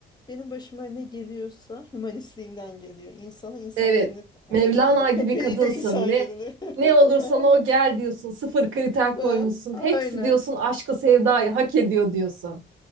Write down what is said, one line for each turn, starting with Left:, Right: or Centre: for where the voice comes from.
Left: benim başıma ne geliyorsa hümanistliğimden geliyor. İnsanı insan
Right: Evet.
Left: yerine evet
Right: Mevlana
Left: iyi. köpeği
Right: gibi kadınsın.
Left: de insan yerine.
Right: Ne ne
Left: <laughs>
Right: olursan
Left: Aynen.
Right: o gel diyorsun. Sıfır kriter
Left: Ha,
Right: koymuşsun. Hepsi
Left: aynen.
Right: diyorsun aşkı sevdayı hak ediyor diyorsun.